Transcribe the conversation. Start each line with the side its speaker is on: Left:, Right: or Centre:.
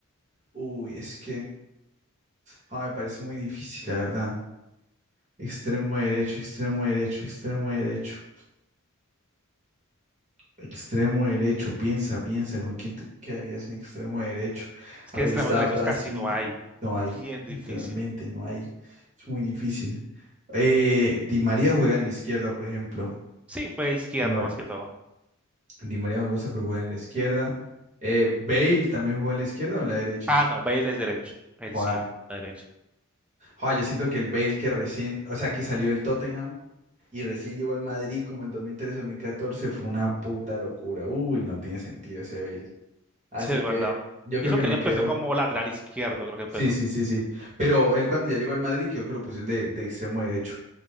Right: Uy, es que... Ah, me parece muy difícil, la verdad. Extremo derecho, extremo derecho, extremo derecho. Extremo derecho, piensa, piensa, ¿con quién te quedarías en extremo derecho?
Centre: Es
Right: A
Centre: que
Right: ver,
Centre: de extremos
Right: está
Centre: derechos
Right: Brasil,
Centre: casi no hay.
Right: no hay,
Centre: Bien
Right: literalmente
Centre: difícil.
Right: no hay. Es muy difícil. Eh, Di María juega en la izquierda, por ejemplo.
Centre: Sí, fue izquierda
Right: Di Mar-
Centre: más que todo.
Right: Di María me gusta, pero juega en la izquierda. Eh, Bale también jugó en la izquierda o en la derecha.
Centre: Ah, no, Bale es derecho. Él
Right: Joda.
Centre: sí, jugó a la derecha.
Right: Joder, yo siento que el Bale que recién, o sea, que salió del Tottenham y recién llegó al Madrid como en dos dos mil trece, dos mil catorce fue una puta locura. Uy, no tiene sentido ese Bale. Así
Centre: Sí, es
Right: que
Centre: verdad.
Right: yo creo
Centre: Y eso
Right: que
Centre: que
Right: me
Centre: él empezó
Right: quedo.
Centre: como lateral izquierdo, creo que empezó.
Right: Sí, sí, sí, sí. Pero él cuando ya llegó al Madrid creo que lo pusieron de, de extremo derecho.